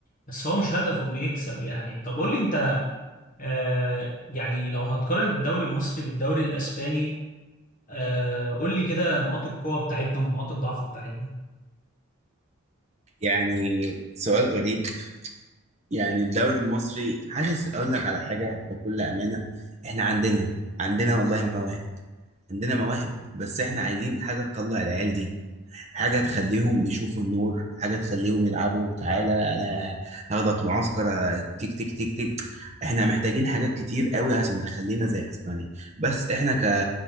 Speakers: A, on the left (about 40°); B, on the right (about 30°).
A: بس هو مش هدفه انه يكسب يعني طب قول لي انت آه يعني لو هتقارن الدوري المصري بالدوري الاسباني آه قول لي كده نقاط القوه بتاعتنا ونقاط الضعف بتاعتنا
B: يعني سؤال غريب يعني الدوري المصري حاسس اقول لك على حاجه بكل امانه احنا عندنا عندنا والله مواهب عندنا مواهب بس احنا عايزين حاجه تطلع العيال دي حاجة تخليهم يشوفوا النور حاجة تخليهم يلعبوا تعالى أنا هاخدك معسكر تيك تيك تيك تيك إحنا محتاجين حاجات كتير قوي عشان تخلينا زي أسبانيا بس إحنا ك